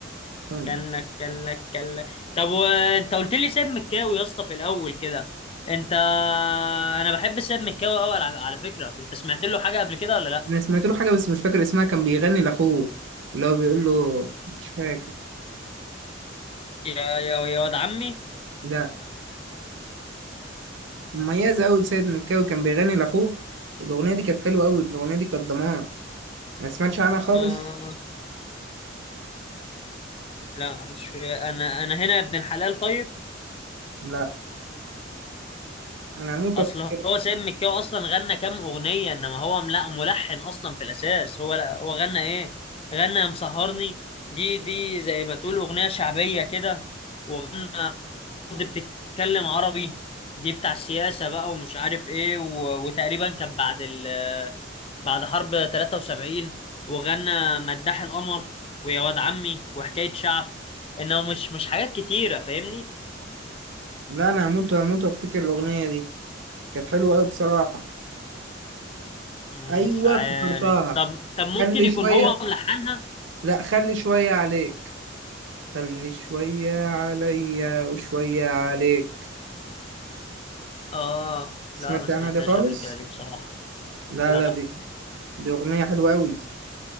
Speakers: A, on the right; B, on the left.
A: كان
B: كان لك كان لك كان لك طب وأنت قلت لي ساب مكاوي يا اسطى في الأول كده أنت أنا بحب ساب مكاوي أوي على على فكرة أنت سمعت له حاجة قبل كده ولا لأ
A: انا سمعت له حاجه بس مش فاكر اسمها كان بيغني لاخوه اللي هو بيقول له مش فاكر
B: يا يا يا واد عمي
A: ده مميز قوي سيد مكاوي كان بيغني لاخوه الاغنيه دي كانت حلوه قوي الاغنيه دي كانت دمار ما سمعتش عنها خالص
B: آه. لا مش في... انا انا هنا يا ابن الحلال طيب
A: لا انا هموت
B: اصل
A: وافتكر
B: هو سيد مكاوي اصلا غنى كام اغنيه انما هو م- لا ملحن اصلا في الاساس هو لا هو غنى ايه غنى يا مسهرني دي دي زي ما تقول اغنيه شعبيه كده وغنى أرض بتتكلم عربي دي بتاع السياسه بقى ومش عارف ايه و... وتقريبا كان بعد ال... بعد حرب 73 وغنى مداح القمر ويا واد عمي وحكايه شعب انه مش مش حاجات كتيره فاهمني
A: لا انا هموت هموت وافتكر الاغنيه دي كانت حلوه قوي بصراحه
B: مش
A: ايوه
B: عارف
A: افتكرتها
B: طب طب ممكن
A: خلي
B: يكون
A: شويه
B: هو ملحنها
A: لا خلي شويه عليك خلي شويه عليا وشويه عليك
B: اه
A: سمعت
B: لا ما سمعتهاش
A: عنها دي خالص
B: قبل كده دي بصراحة
A: لا
B: لا
A: لا دي دي أغنية حلوة أوي